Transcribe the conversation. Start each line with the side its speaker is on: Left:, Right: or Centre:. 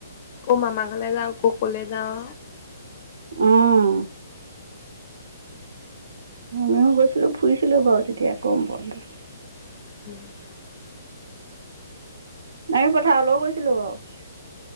Left: অ মামা ঘৰলে যাওঁ ককলে যাওঁ
Right: উম আমিও গৈছিলো ফুৰিছিলো বাৰু তেতিয়া গৰম বন্ধত
Left: <inaudible>
Right: আমি পথাৰলৈও গৈছিলো বাৰু